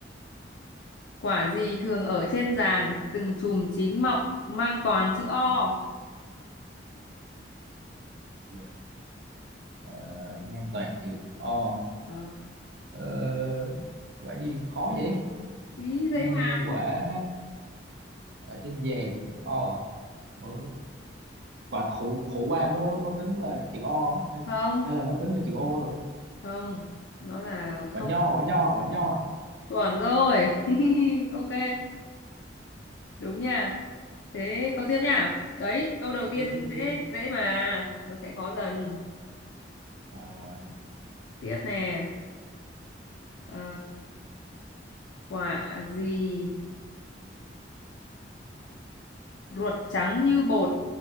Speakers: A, on the left; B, on the right.
A: quả gì thường ở trên giàn, từng chùm chín mọng, mang toàn chữ O.
B: Dạ. Ờ, mang toàn chữ O
A: Ờ,
B: Ờ, quả gì khó vậy
A: ý dễ
B: Ờ,
A: mà.
B: quả ở trên vàng O Ờ, quả khổ khổ qua có có tính là chữ O không hay
A: Không,
B: hay là nó tính là chữ O rồi
A: không, nó là không
B: quả nho quả nho quả nho
A: chuẩn rồi. <laughs> Ok, đúng nha. Thế câu tiếp nha. Đấy, câu đầu tiên
B: tiếp tiếp tiếp
A: dễ dễ mà, nó sẽ khó dần.
B: rồi rồi
A: Tiếp nè. Ờ, quả gì ruột trắng như bột